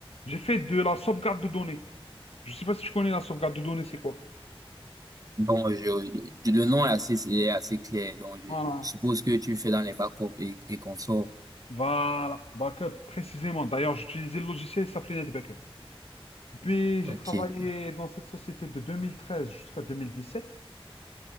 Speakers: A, on the left (about 85°); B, on the right (about 35°).
A: J'ai fait de la sauvegarde de données. Je sais pas si tu connais la sauvegarde de données, c'est quoi?
B: Bon, je, le, le nom est assez, est assez clair. Donc, je
A: Voilà.
B: suppose que tu fais dans les backups et, et consorts.
A: Voilà. Backup, précisément. D'ailleurs, j'utilisais le logiciel, il s'appelait NetBackup. Puis, j'ai
B: Ok,
A: travaillé
B: ok.
A: dans cette société de 2013 jusqu'à 2017.